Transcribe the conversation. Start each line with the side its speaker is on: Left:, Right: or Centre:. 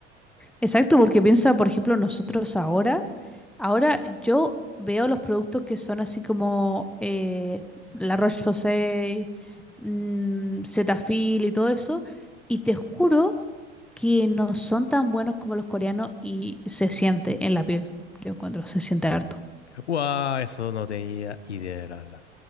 Centre: Exacto, porque piensa, por ejemplo, nosotros ahora, ahora yo veo los productos que son así como eh, La Roche-Posay, mm, Cetaphil y todo eso, y te juro que no son tan buenos como los coreanos y se siente en la piel, yo encuentro, se siente harto.
Left: Wow, eso no tenía idea, la verdad.